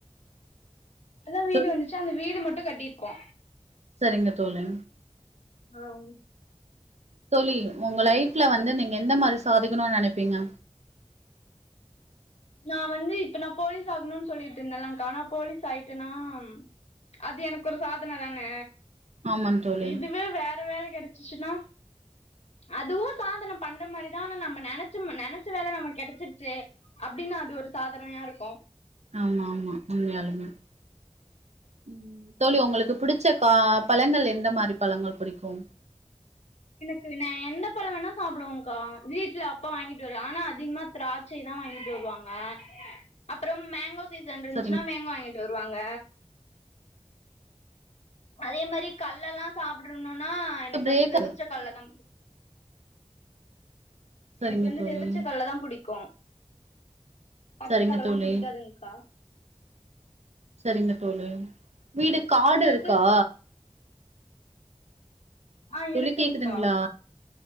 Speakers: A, on the left; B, on the right.
A: அதா வீடு
B: தோ
A: வந்துச்சி அந்த மட்டு கட்டிருக்கோ
B: சரிங்க தோழி
A: ஆம்
B: தோழி உங்க லைஃப்ல வந்து நீங்க எந்த மாரி சாதிக்கணும்னு நனைப்பீங்க
A: நா வந்து இப்ப நா போலீஸ் ஆகணுன்னு சொல்லிட்டு இருந்தலாக்கா ஆனா போலீஸ் ஆயிட்டனா ம் அது எனக்கு ஒரு சாதன தான
B: ஆமாங் தோழி
A: இதுவே வேற வேலை கெடை சிச்சிட்னா அதுவு சாதன பண்ற மாதிரிதா நம்ம நினைச்சம் நினைச்ச வேல நம்ம கெடைச்சிருச்சே அப்டின்னா அது ஒரு சாதனையா இருக்கு
B: ஆமா ஆமா உண்மையாளுமே உம் தோழி உங்களுக்கு புடிச்ச கா பழங்கள் எந்த மாதிரி பழங்கள் புடிக்கு
A: எனக்கு ந எந்த பழ வேணா சாப்டுவக்கா வீட்ல அப்பா வாங்கிட்டு வரு ஆனா அதிகமா திராட்சை தா வாங்கிட்டு வருவாங்க அபாரோம் மேங்கோஸ் சீசன் அன்றுருச்சின்னா
B: சரிங்க
A: மேங்கோ வாங்கிட்டு வருவாங்க அதே மாதிரி கல்லெல்லா சாப்புடுணுனா எனக்கு
B: பிரேக்
A: வந்து வெவுச்ச கல்லதா பிடிக்
B: சரிங்க
A: எனக்கு வந்து
B: தோழி
A: வெவிச்ச கல்லதா புடிக்கு பச்சக்கல்லல்லா
B: சரிங்க தோழி
A: புடிக்காதுங்கா
B: சரிங்க தோழி வீடு காடு
A: உங்களுக்கு
B: இருக்கா
A: ஆ
B: தோழி
A: இருக்குங்க்கா
B: கேக்குதுங்ளா